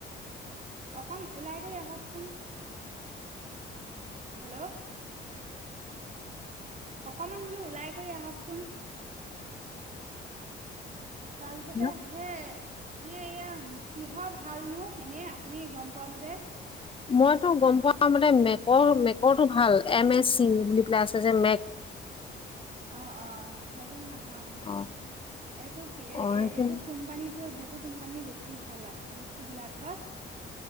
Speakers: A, on the right; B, on the left.
A: অকন ওলাইগৈ আহকচোন, হেল্ল'। অকমান বোলো ওলাই কৰি আহকচোন। তাৰপিছতে
B: ন
A: হে ইয়ে ইয় কিহৰ ভালনো এনে আপুনি গম পোৱা মতে।
B: মইতো গম পোৱা মতে মেকৰ মেকৰটো ভাল এম এছ <unintelligible> বুলি পেলাই আছ যে মেক
A: অ অ <unintelligible> নহয়।
B: অ
A: এইটো এ
B: অ সেইখিনি
A: এইটো কোম্পানীটো এইটো কোম্পানী বেছি ভাল আৰু বস্তুবিলাক হচ